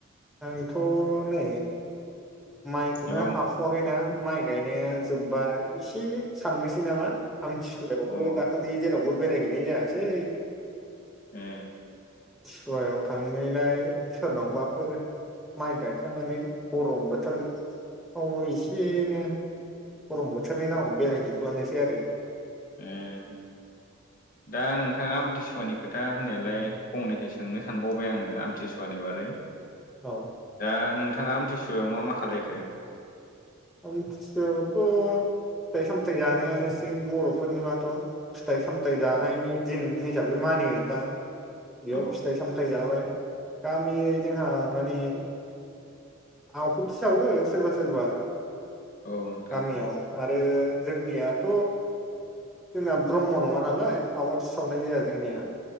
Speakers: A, in the centre; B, on the left.
A: आंथ नै माइखौनो
B: एबा
A: हाथवाखैना माइ गायनाया जोब्बा एसे साननोसै नामा। आमथिखुवायावबो
B: अ
A: दाखालि जेरावबो बेरायहैनाय जायासै
B: ए।
A: सुवायाव थांनायलाय सोरनावबाफोर माइ गायखांनानै गरम बोथोर औ एसेनो गरम बोथोरनि नामाव बेरायजोबफ्लानोसै आरो।
B: ओम। दा नोंथाङा आमथिसुवानि खोथा होननायलाय फंनैसो सोंनो सानबावबाय आङो आमथिसुवानि बारै
A: औ
B: दा नोंथाङा आमथिसुयाव मा मा खालायखो
A: आमथि सुयायाथ फिथाय समोमथय जानायसे बरफोरनि बाथ फिथाइ सामथायाइ जानायनि दिन हिसाबै मानियो दा बेयाव
B: औ
A: फिथाइ सामथायाइ जाबाय गामियै जोंहा मानि आहुथि सावो सोरबा सोरबा
B: औ नोंथां!
A: गामियाव आरो जोंनियाथ जोंना ब्रह्म नङा नालाय आवाथि सावनाय जाया जोंनिया